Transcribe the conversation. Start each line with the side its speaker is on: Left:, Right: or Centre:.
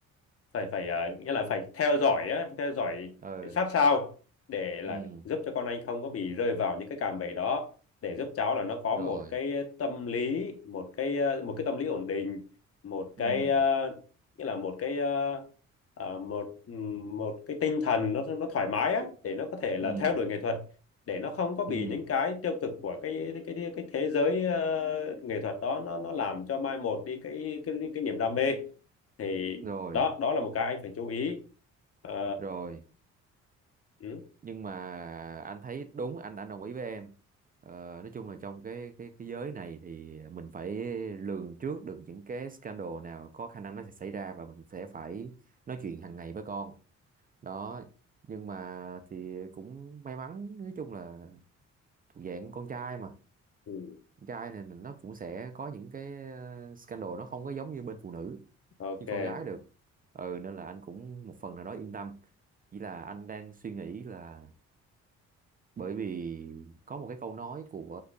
Left: phải phải à, nghĩa là phải theo dõi á, theo dõi
Right: ừ
Left: sát sao để là
Right: ừ
Left: giúp cho con anh không có bị rơi vào những cái cạm bẫy đó để giúp cháu là nó có
Right: rồi
Left: một cái tâm lý một cái à, một cái tâm lý ổn định một cái
Right: ừ
Left: à, nghĩa là một cái à, à, một một cái tinh thần nó nó thoải mái á để nó có thể là
Right: ừ
Left: theo đuổi nghệ thuật để nó không có bị
Right: ừ
Left: những cái tiêu cực của cái cái cái, cái thế giới ờ, nghệ thuật đó nó nó làm cho mai một đi cái cái cái niềm đam mê thì
Right: rồi
Left: đó đó là một cái anh phải chú ý Ờ,
Right: rồi
Left: ừ,
Right: nhưng mà anh thấy đúng anh anh đồng ý với em ờ, nói chung là trong cái cái cái giới này thì mình phải lường trước được những cái scandal nào có khả năng nó sẽ xảy ra và mình sẽ phải nói chuyện hàng ngày với con đó nhưng mà thì cũng may mắn nói chung là thuộc dạng con trai mà
Left: ừ,
Right: trai thì nó cũng sẽ có những cái ờ, scandal nó không có giống như bên phụ nữ
Left: ok
Right: như con gái được ừ nên là anh cũng một phần nào đó yên tâm chỉ là anh đang suy nghĩ là bởi vì có một cái câu nói của